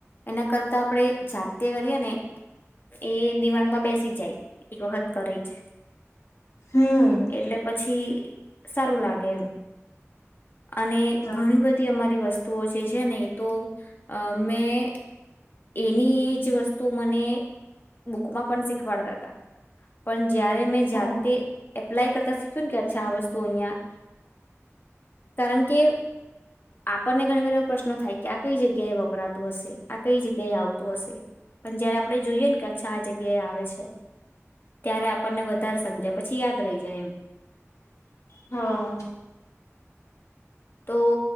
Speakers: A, on the left; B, on the left.
A: એના કરતા આપણેે જાતે કરીએ ને એ દિમાગમાં બેસી સી જાય એક વખત કરે છે
B: હમ
A: એટલે પછી પછી સારું લાગે એમ અને
B: હા
A: ઘણી બધી અમારી વસ્તુ તો જે છે ને તો અ મેં એની એ જ વસ્તુ મને બુકમાં પણ શીખવાડતા હતા પણ જયારે મેં
B: હ
A: જાતે
B: હા
A: એપ્લાય કરતા શીખ્યું કે્છા આ વસ્તુ અહ કારણ કે આપણને ઘણી વાર એવ પ્રશ્નો થાય કે આ કઈ જગ્યા એ વપરાતું હશે કઈ જગ્યાએ આવતું હશે પણ જયારે આપડે જોઈએ ને કે અચ્છા આ જગ્યા એ આવે છે ત્યારે આપણને વધારે સમજાય પછી યાદ રહી જાય એમ
B: હા
A: તો